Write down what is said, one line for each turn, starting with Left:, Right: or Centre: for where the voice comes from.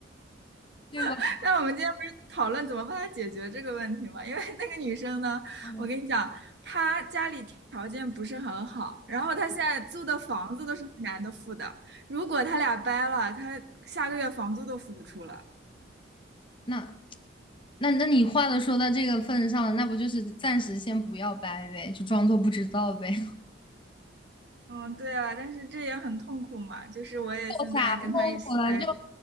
Left: 对吧？
Right: <laughs> 那我们今天不是讨论怎么帮他解决这个问题吗？因为那个女生呢，
Left: 嗯
Right: 我跟你讲，她家里条件不是很好，然后她现在租的房子都是那男的付的。如果他俩掰了，她下个月房租都付不出了。
Left: 那那那你话都说到这个份上了，那不就是暂时先不要掰呗，就装作不知道呗，
Right: 嗯，对啊，但是这也很痛苦嘛。就是我也现在跟他一起在。
Left: <laughs> 做啥痛苦了就